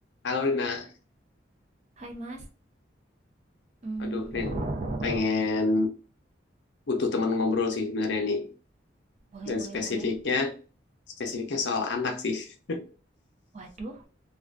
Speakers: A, on the left (about 65°); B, on the right (about 35°).
A: Halo Rina,
B: Hai Mas, mmm,
A: aduh Rin, pengen butuh teman ngobrol sih sebenarnya nih.
B: boleh
A: Dan
B: boleh
A: spesifiknya,
B: boleh.
A: spesifiknya soal anak sih. <laughs>
B: Waduh,